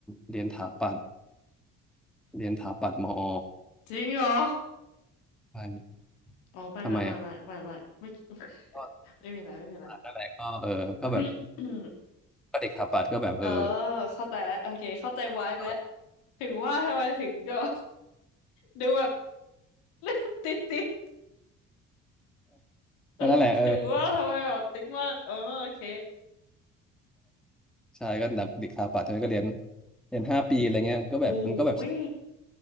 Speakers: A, in the centre; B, on the left (about 75°).
A: เรียนถาปัตย์เรียนถาปัตย์มอ
B: จริงเหรอ
A: ใช่
B: อ๋อไม่ไม่ไม่ไม่ไม่ไม่ไม่
A: ทำไมอ่ะ
B: <laughs>
A: ก็
B: ไม่มีอะไรไม่มีอะไร
A: อ่านั่นแหละก็เออก็แบบ
B: <coughs>
A: ก็เด็กถาปัตย์ก็แบบเออ
B: เออเข้าใจแล้วโอเคเข้าใจวายแล้ว
A: ก็แบบ
B: ถึงว่าทำไมถึงก็ <laughs> ดูแบบ <laughs> ติดติด
A: <laughs>
B: เออ
A: ก็นั่นแหละเออ
B: <laughs> ถึงว่าทำไมแบบติ๊กมากอ๋อโอเค
A: ใช่ก็ดักเด็กสถาปัตย์ใช่ไหมก็เรียนเรียนห้าปีอะไรเงี้ยก็แบบมันก็แบบ
B: หูย